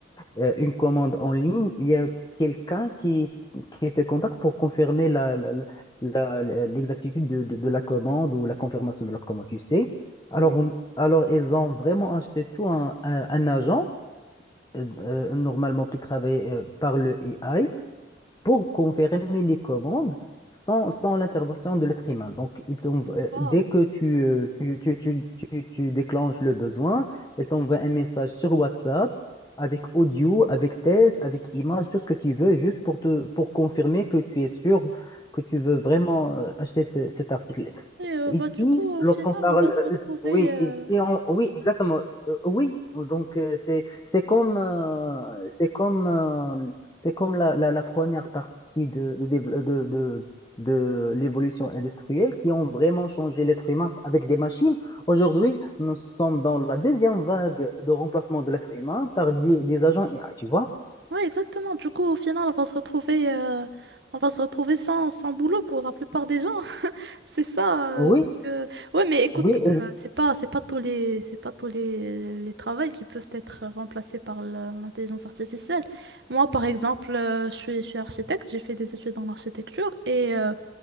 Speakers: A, on the left (about 20°); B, on the right (about 60°).
A: euh, une commande en ligne, il y a quelqu'un qui, qui te contacte pour confirmer la, la- la- la- l'exactitude de, de- de la commande ou la confirmation de la commande, tu sais. Alors,
B: Mhm.
A: on- alors ils ont vraiment acheté tout un, un- un agent, euh, euh, normalement qui travaille euh, par le AI pour confirmer les commandes sans, sans l'intervention de l'être humain. Donc, il t'envoie- euh,
B: Wow.
A: dès que tu, euh, tu, tu, tu, tu- tu déclenches le besoin, il t'envoie un message sur WhatsApp avec audio, avec test, avec image, tout ce que tu veux, juste pour te, pour confirmer que tu es sûr que tu veux vraiment euh, acheter te- cet article.
B: Et, euh,
A: Ici,
B: bah, du coup, au
A: lorsqu'on
B: final,
A: parle,
B: on va se retrouver.
A: euh, oui,
B: euh,
A: ici on- oui, exactement, Euh, oui. Donc euh, c'est c'est comme euh, c'est comme euh, c'est comme la, la, la première partie de de, dév- euh, de, de de l'évolution industrielle qui ont vraiment changé l'être humain avec des machines. Aujourd'hui, nous sommes dans la deuxième vague de remplacement de l'être humain par des, des agents IA, tu vois?
B: Oui, exactement. Du coup, au final, on va se retrouver, euh, on va se retrouver sans, sans boulot pour la plupart des gens. <laughs> C'est ça.
A: Oui,
B: euh, que... Ouais, mais écoute,
A: oui,
B: euh, c'est pas, c'est pas tous les, c'est pas tous les, les travails qui peuvent être remplacés par la- l'intelligence artificielle. Moi, par exemple, euh, je suis, je suis architecte. J'ai fait des études en architecture et euh,